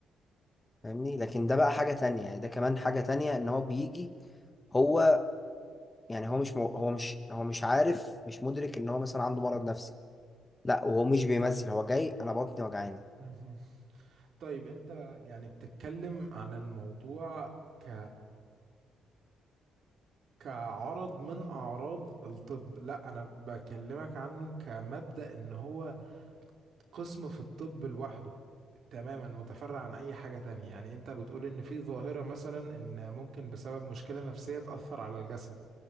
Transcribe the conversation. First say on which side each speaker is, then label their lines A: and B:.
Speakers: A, on the left (about 20°); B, on the right (about 60°).
A: فاهمني لكن ده بقى حاجة تانية يعني ده كمان حاجة تانية ان هو بيجي هو يعني هو مش مو هو مش هو مش عارف مش مدرك ان هو مثلا عنده مرض نفسي لا وهو مش بيمثل هو جاي انا بطني وجعاني
B: مهم. طيب انت يعني بتتكلم عن الموضوع ك كعرض من اعراض الطب لا انا بكلمك عنه كمبدأ ان هو قسم في الطب لوحده تماما متفرع عن اي حاجة تانية يعني انت بتقول ان في ظاهرة مثلا ان ممكن بسبب مشكلة نفسية تأثر على الجسد